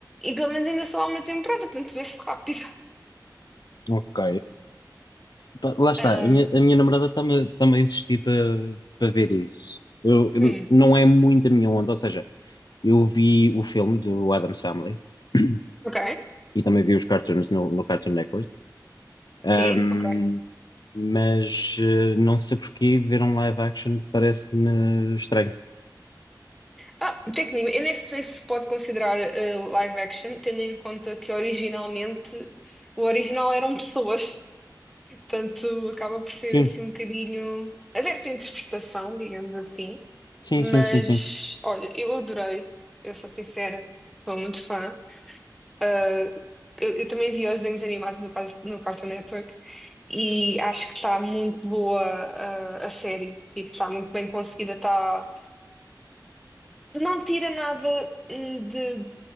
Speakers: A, in the centre; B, on the left.
A: e pelo menos ainda só há uma temporada, portanto vê-se rápido.
B: Ok. Pá, Lá está,
A: Ahm,
B: a minha, a minha namorada está-me está-me a insistir para para ver isso. Eu,
A: hum,
B: eu- não é muito a minha onda, ou seja, eu vi o filme do Adam's Family <clears throat>
A: ok,
B: e também vi os cartoons no, no Cartoon Network. Ahm,
A: sim, ok.
B: mas eh, não sei porquê ver um live action parece-me estranho.
A: Ah, técnico, eu nem sei se pode considerar eh, live action, tendo em conta que originalmente o original eram pessoas, portanto acaba por ser
B: Sim,
A: assim um bocadinho aberto à interpretação, digamos assim.
B: sim,
A: Mas
B: sim, sim, sim.
A: olha, eu adorei, eu sou sincera, estou muito fã. Ah, eu, eu também vi os desenhos animados no, caso, no Cartoon Network e acho que está muito boa, ah, a série. Tipo, está muito bem conseguida. Tá... Não tira nada hum, de,